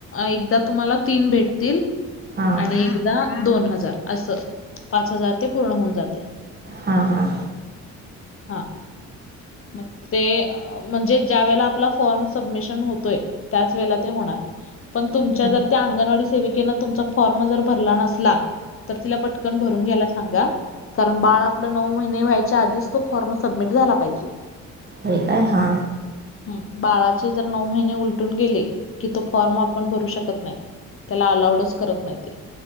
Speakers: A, on the left; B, on the right.
A: एकदा तुम्हाला तीन भेटतील
B: हां
A: आणि एकदा दोन हजार असं पाच हजार ते पूर्ण होऊन जात्या.
B: हा. हा.
A: हां. मग ते म्हणजे ज्या वेळेला आपला फॉर्म सबमिशन होतोय त्याच वेळेला ते होणार. पण तुमच्या
B: हां
A: जर त्या अंगणवाडी सेविकेने तुमचा फॉर्म जर भरला नसला तर तिला पटकन भरून घ्यायला सांगा कारण बाळ आपलं नऊ महिने व्हायच्या आधीच, तो फॉर्म सबमिट झाला पाहिजे.
B: ठीक आहे हा.
A: हम्म बाळाचे जर नऊ महिने उलटून गेले, कि तो फॉर्म आपण भरू शकत नाही. त्याला अलाउडच करत नाही ते,